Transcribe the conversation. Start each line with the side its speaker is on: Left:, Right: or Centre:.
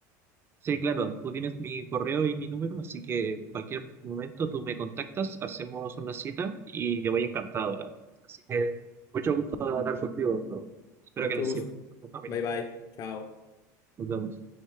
Right: Sí, claro, tú tienes mi correo y mi número, así que cualquier momento tú me contactas, hacemos una cita y yo voy encantado, claro. Así que mucho gusto de hablar contigo. Raúl. Espero
Left: Mucho
Right: que les
Left: gusto.
Right: sirva a tu familia.
Left: Bye bye. Chao.
Right: Nos vemos.